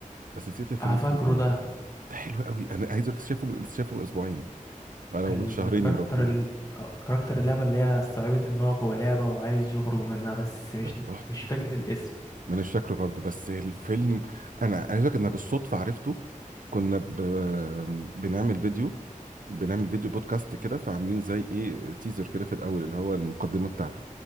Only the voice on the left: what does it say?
آه، فاكره
ده
الكاركتر
ال... آه، كاركتر اللعبة اللي هي استوعبت إن هو جوه لعبة وعايز يخرج منها بس مش
مش فاكر الاسم